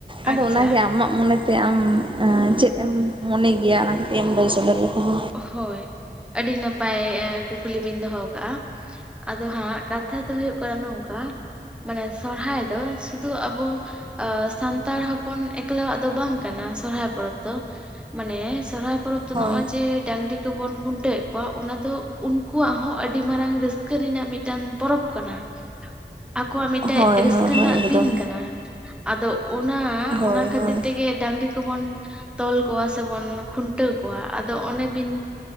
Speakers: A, on the right; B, in the centre.
A: ᱟᱫᱚ
B: ᱟᱪᱪᱷᱟ
A: ᱚᱱᱟᱜᱮ ᱟᱢᱟᱜ ᱢᱚᱱᱮᱛᱮ ᱟᱢ ᱮᱸ ᱪᱮᱫ ᱮᱢ ᱢᱚᱱᱮ ᱜᱮᱭᱟ ᱚᱱᱟ ᱠᱟᱹᱴᱤᱡ ᱮᱢ ᱞᱟᱹᱭ ᱥᱚᱫᱚᱨ ᱞᱮᱠᱷᱟᱱ
B: ᱦᱳᱭ ᱟᱹᱰᱤ ᱱᱟᱯᱟᱭ ᱠᱩᱠᱞᱤ ᱵᱤᱱ ᱫᱚᱦᱚ ᱟᱠᱟᱜ-ᱟ᱾ ᱟᱫᱚ ᱦᱟᱸᱜ ᱠᱟᱛᱷᱟ ᱫᱚ ᱦᱩᱭᱩᱜ ᱠᱟᱱᱟ ᱱᱚᱝᱠᱟ ᱢᱟᱱᱮ ᱥᱚᱨᱦᱟᱭ ᱫᱚ ᱥᱩᱫᱩ ᱟᱵᱚ ᱥᱟᱱᱛᱟᱲ ᱦᱚᱯᱚᱱ ᱮᱠᱞᱟᱣᱟᱜ ᱫᱚ ᱵᱟᱝ ᱠᱟᱱᱟ ᱥᱚᱨᱚᱦᱦᱟᱭ ᱯᱚᱨᱚᱵᱽ ᱫᱚ᱾ ᱢᱟᱱᱮ ᱥᱚᱨᱦᱟᱭ ᱯᱚᱨᱚᱵᱽ ᱫᱚ
A: ᱦᱳᱭ
B: ᱱᱚᱜᱼᱚᱭ ᱡᱮ ᱰᱟᱹᱝᱨᱤ ᱠᱚᱵᱚᱱ ᱠᱷᱩᱱᱴᱟᱹᱣᱮᱫ ᱠᱚᱣᱟ ᱚᱱᱟ ᱫᱚ ᱩᱱᱠᱩᱣᱟᱜ ᱦᱚᱸ ᱟᱹᱰᱤ ᱢᱟᱨᱟᱝ ᱨᱟᱹᱥᱠᱟᱹ ᱨᱮᱱᱟᱜ ᱢᱤᱫᱴᱟᱱ ᱯᱚᱨᱚᱵᱽ ᱠᱟᱱᱟ ᱟᱠᱚᱣᱟᱜ ᱢᱤᱫᱴᱮᱱ
A: ᱦᱳᱭ
B: ᱨᱟᱹᱥᱠᱟᱹ
A: ᱦᱳᱭ
B: ᱨᱮᱱᱟᱜ
A: ᱦᱳᱭ ᱮᱠᱫᱚᱢ
B: ᱫᱤᱱ ᱠᱟᱱᱟ ᱟᱫᱚ ᱚᱱᱟ
A: ᱦᱳᱭ
B: ᱚᱱᱟ ᱠᱷᱟᱹᱛᱤᱨ
A: ᱦᱳᱭ
B: ᱛᱮᱜᱮ ᱰᱟᱝᱨᱤ ᱵᱚᱱ ᱛᱚᱞ ᱠᱚᱣᱟ ᱥᱮᱵᱚᱱ ᱠᱷᱩᱱᱴᱟᱹᱣ ᱠᱚᱣᱟ ᱟᱫᱚ ᱚᱱᱮ ᱵᱤᱱ